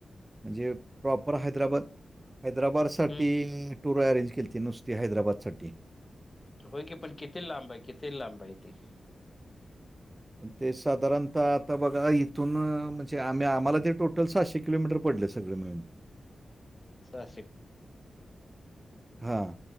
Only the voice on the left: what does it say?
हम्म
होय की पण किती लांब आहे किती लांब आहे तेे
सहाशे